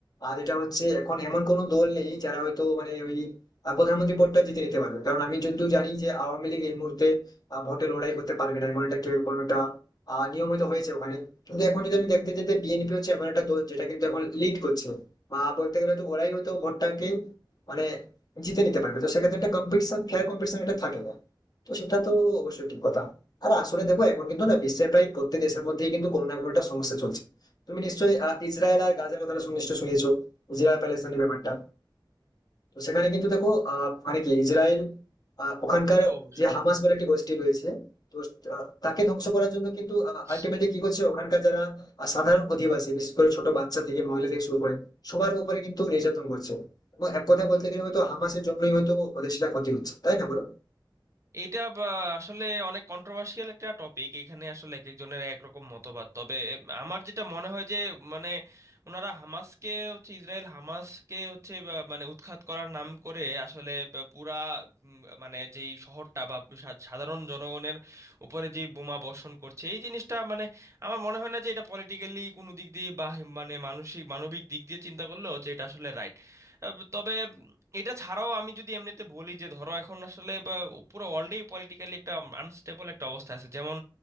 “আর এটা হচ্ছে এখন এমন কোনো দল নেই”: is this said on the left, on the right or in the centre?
Left